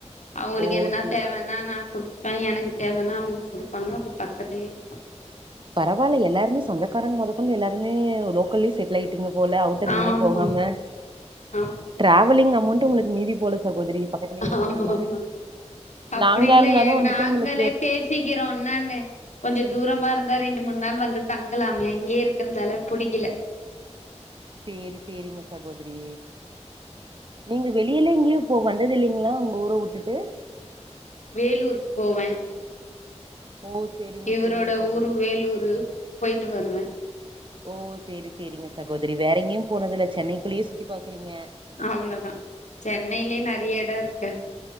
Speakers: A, on the left (about 80°); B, on the right (about 45°).
A: அவுங்களுக்கு
B: ஓ
A: எதுனா
B: சே
A: தேவன்னா நா குடு ப்ப எனக்கு தேவன்னா அவங் குடுப்பாங்க. அப்டி பக்கத்துலயே இருப்பா
B: பரவால்ல எல்லாருமே சொந்தக்காரங் மொத கொண்டு எல்லாருமே லோக்கல்லே செட்லாய் டிங்க போல அவுட்டர்
A: ஆமா
B: எங்கீம் போகாம
A: ஆமா
B: டிராவலிங் அ மோண்ட் உங்களுக்கு மீதி போல சகோதரி. பக்கத்துலயே இருக்கனால
A: ஆமா ஆமா அப்டி
B: லாங்கா
A: இல்லயே.
B: இருந்தாலு வந்துட்டு
A: நாங்களே
B: உங்களுக்கு
A: பேசிக்கிறோனன்னு கொஞ்சோ தூரமா இருந்தா ரெண்டு மூண் நாள் வந்து தங்கலாமே இங்கயே இருக்கறதால புடிக்கல.
B: சேரி சேரிங்க சகோதரி நீங்க வெளியெல்லா எங்கயு போ வந்ததில்லேங்ளா உங்க ஊர வுட்டுட்டு
A: வேலூர் போவ
B: ஓ சேரிங்க
A: இவரோட
B: சேரிங்க சகோதரி
A: ஊரு வேலூரு போய்ட்டு வருவ
B: ஓ சேரி சேரிங்க சகோதரி வேற எங்கயும் போனது இல்ல சென்னைக்குள்ளயே சுத்தி பாக்குறீங்க.
A: அவ்ளோதா சென்னைலே நெறைய இடோ இருக்கு.